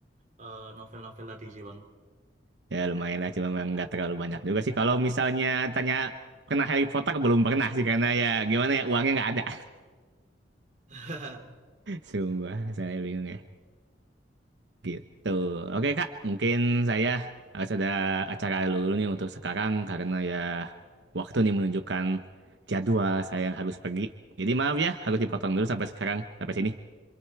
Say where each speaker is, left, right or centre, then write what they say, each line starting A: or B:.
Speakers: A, on the right; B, on the right.
A: eh, novel-novel tadi sih bang.
B: Ya lumayan lah, cuma memang nggak terlalu banyak juga sih. Kalau misalnya tanya pernah Harry Potter belum pernah sih karena ya gimana ya uangnya nggak ada.
A: <laughs>
B: <laughs> Sumpah, saya bingung ya. Gitu. Oke Kak, mungkin saya harus ada acara dulu nih untuk sekarang karena ya waktu nih menunjukkan jadwal saya yang harus pergi. Jadi maaf ya, harus dipotong dulu sampai sekarang, sampai sini.